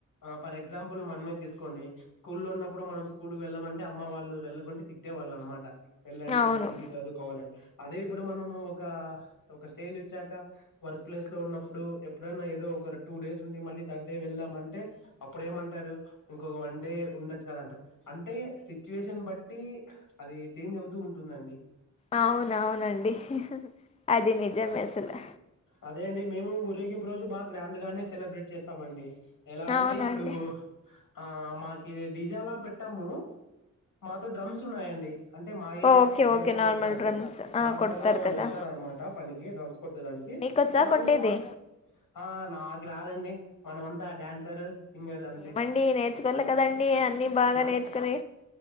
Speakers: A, on the left; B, on the left.
A: ఫర్ ఎగ్జాంపుల్ మనమే తీసుకోండి స్కూల్లో ఉన్నప్పుడు మనం స్కూల్కి వెళ్ళమంటే అమ్మ వాళ్ళు వెళ్ళకుంటే తిట్టే వాళ్ళ అనమాట వెళ్ళండి
B: అవును.
A: స్కూల్ కి చదువుకోవాలని అదే ఇప్పుడు మనము ఒక ఒక స్టేజ్ వచ్చాక వర్క్ ప్లేస్ లో ఉన్నప్పుడు ఎప్పుడైన్నా ఏదో ఒక టూ డేస్ ఉండి మళ్ళీ థర్డ్ డే వెళ్దామంటే అప్పుడేమంటారు ఇంకొక వన్ డే ఉండచ్చు కదా అంటారు అంటే సిచ్యుయేషన్ బట్టి అది చేంజ్ అవు తూ ఉంటుందండి
B: అవున అవునండి అది నిజమేసలు
A: అదే అండి మేము ఊరేగింపు రోజు బాగా గ్రాండ్ గానే సెలబ్రేట్ చేస్తామండి ఎలా అంటే
B: అవునండి
A: ఇప్పుడు ఆ మాకి డీజెలా పెట్టాము మాతో డ్రమ్స్ ఉన్నాయండి అంటే మాయ
B: ఓకే
A: అబ్బాయిలే
B: ఓకే
A: కొడతారు
B: నార్మల్ డ్రమ్స్ ఆ
A: నార్మల్
B: కొడతారు
A: గా వాళ్ళు
B: కదా
A: వెళ్తారు అనమాట పనికి డ్రమ్స్ కొట్టేదానికి
B: మీకొచ్చా
A: వాళ్ళే
B: కొట్టేది
A: ఇంగ ఆ నాకు రాదండి మనమంతా డాన్సర్ సింగర్ అంతే
B: ఏమండి నేర్చుకోవాలి కదండి అన్ని బాగా
A: నాక్
B: నేర్చుకుని